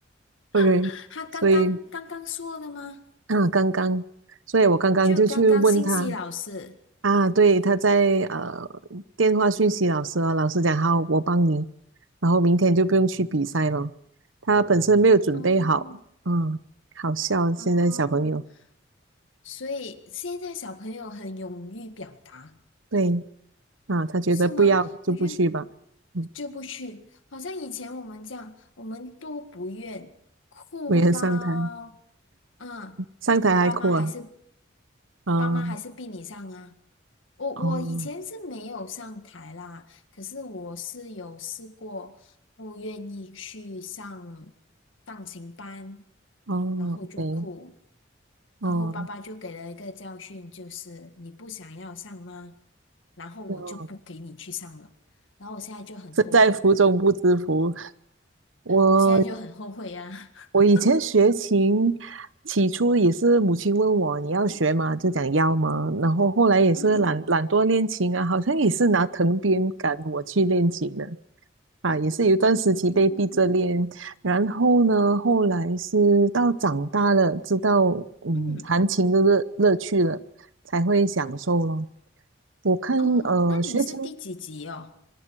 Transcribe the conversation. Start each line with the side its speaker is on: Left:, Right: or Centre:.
Right: OK，
Left: <laughs> 他刚刚刚刚说的吗？
Right: 所以啊，刚刚，所以我刚刚就去问他
Left: 就刚刚信息老师。
Right: 啊，对，他在呃电话讯息老师啊，老师讲好，我帮你，然后明天就不用去比赛了。他本身没有准备好，
Left: 哦
Right: 嗯，好笑，现在小朋友。
Left: 哦，所以现在小朋友很勇于表达，
Right: 对啊，他觉得不要就不去吧。
Left: 是吗？我觉得
Right: 嗯，
Left: 就不去，好像以前我们这样，我们都不愿哭到，
Right: 我也上台，
Left: 啊，
Right: 上台还哭啊。
Left: 爸妈还是
Right: 啊，
Left: 爸妈还是逼你上啊。我我以前是没有上台啦，
Right: 哦
Left: 可是我是有试过不愿意去上钢琴班，
Right: 哦对，
Left: 然后就哭，
Right: 哦，
Left: 然后爸爸就给了一个教训，就是你不想要上吗？然后我就不给你去上了，
Right: 哦，
Left: 然后我现在就很后悔，
Right: 身在福中不知福。我
Left: 我现在就很后悔呀、<laughs>
Right: 我以前学琴，起初也是母亲问我你要学吗？就讲要吗？然后后来也是懒懒惰练琴啊，
Left: 嗯，
Right: 好像也是拿藤鞭赶我去练琴的啊，也是有一段时期被逼着练。
Left: 哦，
Right: 然后呢，后来是到长大了，知道嗯弹琴的乐乐趣了，
Left: 嗯，
Right: 才会享受咯。我看呃学琴。
Left: 哦，那你是第几集哦？